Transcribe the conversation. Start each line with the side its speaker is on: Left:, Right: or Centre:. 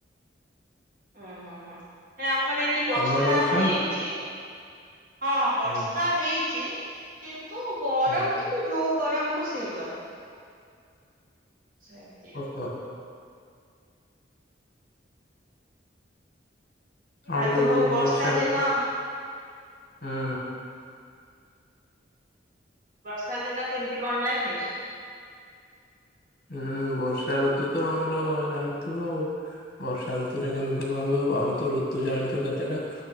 Right: ହୁଁ ହୁଁ ହୁଁ ନାଇ ଆମର ଏଇଠି ବର୍ଷା
Left: ତମ ଆଡେ
Right: ହେଇଚି,
Left: ହଉଛି
Right: ହଁ ବର୍ଷା
Left: ହୁଁ
Right: ହଇଚି, କିନ୍ତୁ ଗରମ
Left: ହୁଁ
Right: କିନ୍ତୁ ଯୋଉ ଗରମ କୁ ସେଇ ଗରମ, ସେମ୍ ତି ଆଉ।
Left: ହୋ ଆମକୁ
Right: ଆଉ ତୁମକୁ
Left: ବର୍ଷା ଋତୁ।
Right: ଦିନ
Left: ହୁଁ।
Right: ବର୍ଷା ଦିନ କେମିତି କଣ ଲାଗେ?
Left: ଉଁ ବର୍ଷା ଋତୁ ତ ଆମର ଜାଣିଥିବ ଆଉ। ବର୍ଷା ଋତୁରେ କେମିତି କଣ ହୁଏ, ଆମର ତ ଋତୁ ଜାଣିଚ, କେତେଟା?